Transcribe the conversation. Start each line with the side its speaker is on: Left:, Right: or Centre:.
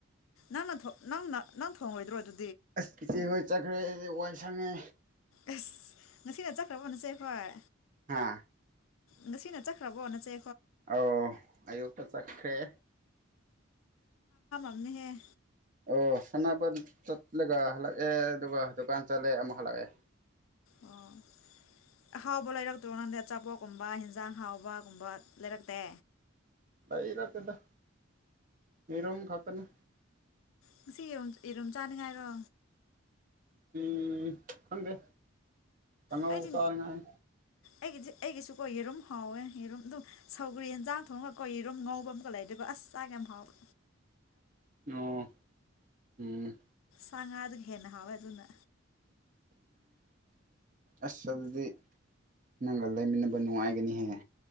Left: ꯅꯪꯅ ꯅꯪꯅ ꯅꯪ ꯊꯣꯡꯉꯣꯏꯗ꯭ꯔꯣ ꯑꯗꯨ
Right: ꯑꯁ ꯏꯆꯦꯈꯣꯏ ꯆꯠꯈ꯭ꯔꯦ ꯋꯥꯏ ꯁꯪꯉꯦ
Left: ꯑꯁ ꯉꯁꯤꯅ ꯆꯠꯈ꯭ꯔꯕꯣꯅꯁꯦ ꯍꯣꯏ
Right: ꯍꯥ
Left: ꯉꯁꯤꯅ ꯆꯠꯈ꯭ꯔꯕꯣ ꯅꯆꯦ
Right: ꯑꯧ ꯑꯌꯨꯛꯇ ꯆꯠꯈ꯭ꯔꯦ
Left: ꯑ ꯍꯦ
Right: ꯑꯣ ꯁꯅꯕ ꯆꯠꯂꯒ ꯍꯜꯂꯛꯑꯦ ꯑꯗꯨꯒ ꯗꯨꯀꯥꯟ ꯆꯠꯂꯦ ꯑꯃꯨꯛ ꯍꯜꯂꯛꯑꯦ
Left: ꯑꯣ ꯑꯍꯥꯎꯕ ꯂꯩꯔꯛꯇ꯭ꯔꯣ ꯅꯪꯗ ꯑꯆꯥꯄꯣꯠꯀꯨꯝꯕ ꯍꯟꯖꯥꯡ ꯍꯥꯎꯕꯒꯨꯝꯕ ꯂꯩꯔꯛꯇꯦ
Right: ꯂꯥꯏꯔ ꯇꯗ ꯅꯔꯝ ꯈꯛꯇꯅ
Left: ꯉꯁꯤ ꯌꯦꯨꯝ ꯌꯦꯔꯨꯝ ꯆꯥꯅꯤꯉꯥꯏꯔꯣ
Right: ꯁꯤ ꯈꯪꯗꯦ ꯈꯪꯍꯧ
Left: ꯑꯩꯗꯤ
Right: ꯆꯥꯔꯤꯉꯥꯏ
Left: ꯑꯩꯒꯤꯗꯤ ꯑꯩꯒꯤꯁꯨꯀꯣ ꯌꯦꯔꯨꯝ ꯍꯥꯎꯋꯦ ꯌꯦꯔꯨꯝ ꯑꯗꯨꯝ ꯁꯧꯒ꯭ꯔꯤ ꯌꯦꯟꯖꯥꯡ ꯊꯣꯡꯉꯒ ꯀꯧꯔꯨꯝ ꯉꯧꯕ ꯑꯃꯒꯀ ꯂꯩ ꯑꯗꯨꯒ ꯑꯁ ꯆꯥꯛ ꯌꯥꯝ ꯍꯥꯎꯕ
Right: ꯑꯣ ꯎꯝ
Left: ꯁꯥ ꯉꯥꯗꯨꯒ ꯍꯦꯟꯅ ꯍꯥꯎꯋꯦ ꯑꯗꯨꯅ
Right: ꯑꯁ ꯑꯗꯨꯗꯤ ꯅꯪꯒ ꯂꯩꯃꯤꯟꯅꯕ ꯅꯨꯡꯉꯥꯏꯒꯅꯤꯍꯦꯍ